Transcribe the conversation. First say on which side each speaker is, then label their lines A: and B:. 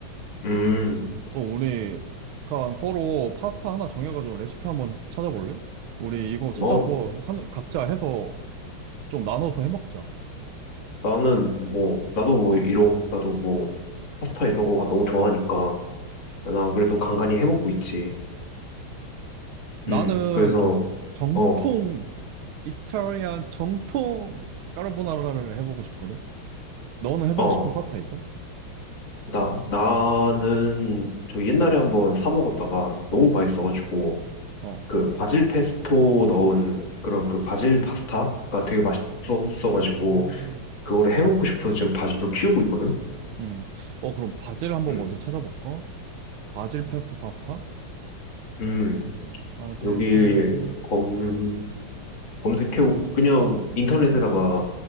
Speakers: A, on the left (about 70°); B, on the right (about 85°).
A: 응.
B: 어, 우리 약간 서로 파스타 하나 정해가지고 레시피 한번 찾아볼래? 우리 이거 찾아서
A: 뭐,
B: 한, 각자 해서 좀 나눠서 해먹자.
A: 나는 뭐, 나도 뭐, 이런, 나도 뭐, 파스타 이런 거가 너무 좋아하니까, 난 그래도 간간히 해먹고 있지.
B: 나는
A: 응, 그래서,
B: 좀 정통,
A: 어,
B: 이탈리안 정통 까르보나라를 해보고 싶거든? 너는 해보고
A: 어,
B: 싶은 파스타 있어?
A: 나, 나는 저 옛날에 한번 사 먹었다가 너무 맛있어가지고,
B: 음. 어,
A: 그 바질 페스토 넣은 그런 그 바질 파스타가 되게 맛있었어가지고,
B: 음.
A: 그거를 해먹고 싶어서 지금 바질도 키우고 있거든?
B: 음. 어, 그럼 바질 한번
A: 음.
B: 먼저 찾아볼까? 바질 페스토 파스타?
A: 음,
B: 바질
A: 여기
B: 페스토
A: 검, 검색해, 그냥
B: 파스타.
A: 인터넷에다가
B: 어,